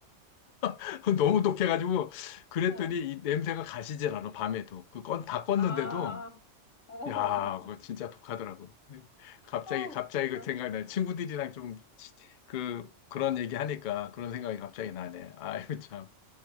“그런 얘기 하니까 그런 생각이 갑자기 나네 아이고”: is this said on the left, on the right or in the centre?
Left